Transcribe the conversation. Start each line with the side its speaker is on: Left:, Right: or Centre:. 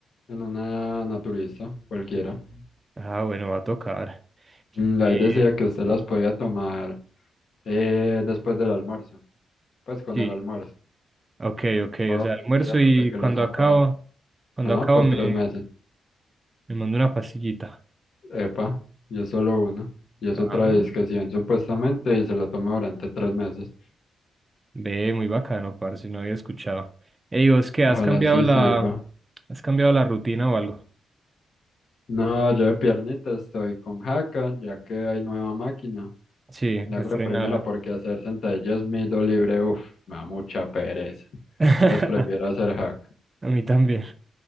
Left: en una naturista cualquiera.
Right: Ah, bueno, va a tocar.
Left: Mm, Ahí
Right: Eh,
Left: decía que usted las podía tomar Eh, después del almuerzo, pues con
Right: sí,
Left: el almuerzo,
Right: ok, ok.
Left: todos
Right: O sea,
Left: los
Right: almuerzo
Left: días
Right: y
Left: hasta que
Right: cuando
Left: las acabara.
Right: acabo, cuando
Left: No,
Right: acabo
Left: por
Right: me,
Left: tres meses.
Right: me mando una pastillita.
Left: Epa, y es solo una. Y es
Right: Ah,
Left: otra disquisición supuestamente y se la toma durante tres meses.
Right: ve, muy bacano, parce, no había escuchado. Ey, ¿vos qué?
Left: Ojalá
Right: ¿Has cambiado
Left: sí
Right: la,
Left: sirva.
Right: has cambiado la rutina o algo?
Left: No, yo de piernita estoy con jaca, ya que hay nueva máquina.
Right: Sí,
Left: La
Right: pues
Left: hago
Right: estrenarla.
Left: de primera porque hacer sentadillas mido libre, uff, me da mucha pereza.
Right: <laughs> A
Left: Entonces prefiero hacer jaca.
Right: mí también.